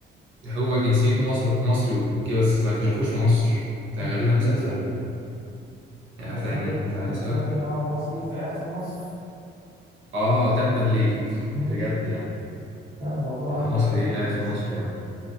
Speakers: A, on the right; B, on the right.
A: هو جنسيته مصر مصري اوكي بس ما اكتشفوش في مصر انت غالبا
B: اوكي
A: اسأت فهمي يعني
B: انا
A: فاهمني
B: فاكر
A: انت أسأت...
B: انا فاكر ان هو مصري فقاعد في مصر
A: اه تبا ليك
B: امم
A: بجد يعني
B: لا الموضوع
A: يعني
B: عندي
A: مصري
B: ابسط
A: ايه اللي
B: من
A: قاعد في
B: مصر
A: مصر يا عم